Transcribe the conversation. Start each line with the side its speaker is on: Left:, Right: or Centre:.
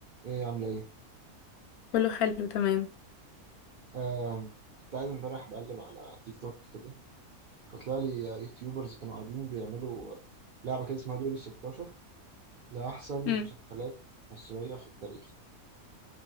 Right: ايه عاملة ايه؟
Left: كله حلو تمام
Right: آه كنت قاعد امبارح بقلب على تيك توك كده فطلع لي آه، يوتيوبرز كانوا قاعدين بيعملوا آه، لعبة كده اسمها دور الستاشر لأحسن
Left: امم
Right: مسلسلات مصرية في التاريخ